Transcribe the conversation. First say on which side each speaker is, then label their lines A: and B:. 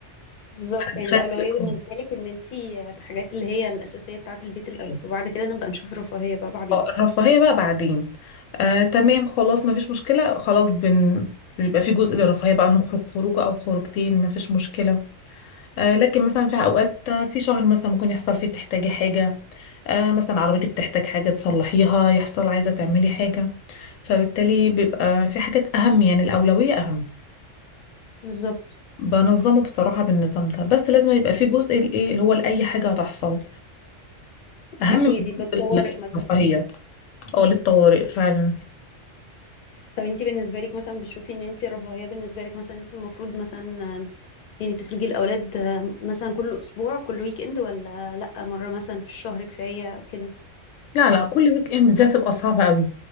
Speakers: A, on the left (about 55°); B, on the left (about 85°).
A: بالظبط
B: <laughs>
A: يعني
B: خلي
A: الأولوية
B: يكون
A: بالنسبة لك إن أنت الحاجات اللي هي الأساسية بتاعة البيت
B: أساسية.
A: الأول وبعد كده نبقى نشوف رفاهية بقى بعدين
B: آه، الرفاهية بقى بعدين آه تمام خلاص ما فيش مشكلة خلاص بن بيبقى في جزء للرفاهية بقى نخرج خروجة او خروجتين ما فيش مشكلة آه، لكن مثلا في اوقات آه، في شهر مثلا ممكن يحصل فيه تحتاجي حاجه آه، مثلا عربيتك تحتاج حاجه تصلحيها يحصل عايزه تعملي حاجه فبالتالي بيبقى في حاجات اهم يعني الاولويه اهم
A: بالظبط
B: بنظمه بصراحه بالنظام ده بس لازم يبقى في جزء الايه اللي هو لاي حاجه هتحصل اهم
A: أكيد
B: من
A: يبقى الطوارئ
B: جزء
A: مثلا
B: الرفاهيه او للطوارئ فعلا
A: طب أنت بالنسبة لك مثلا بتشوفي إن أنت الرفاهية بالنسبة لك مثلا أنت المفروض مثلا آم، يعني تخرجي الأولاد آم، مثلا كل أسبوع كل ويك إند ولا لأ مرة مثلا في الشهر كفاية أو كده
B: لا لا كل ويك اند دي هتبقى صعبه قوي